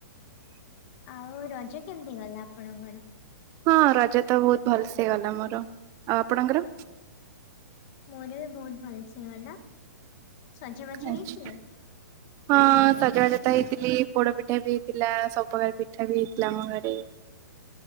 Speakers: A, on the left (about 40°); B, on the right (about 30°).
A: ଆଉ ରଜ କେମିତି ଗଲା ଆପଣଙ୍କର?
B: ହଁ ରଜ ତ ବହୁତ ଭଲସେ ଗଲା ମୋର ଆଉ ଆପଣଙ୍କର?
A: ମୋର ବି ବହୁତ ଭଲସେ ଗଲା। ସଜବାଜ
B: ଆଚ୍ଛା
A: ହେଇଥିଲେ?
B: ହଁ ସଜବାଜ ତ ହେଇଥିଲି ପୋଡ ପିଠା ବି ହେଇଥିଲା ସବୁ ପ୍ରକାର ପିଠା ବି ହେଇଥିଲା ଆମ ଘରେ।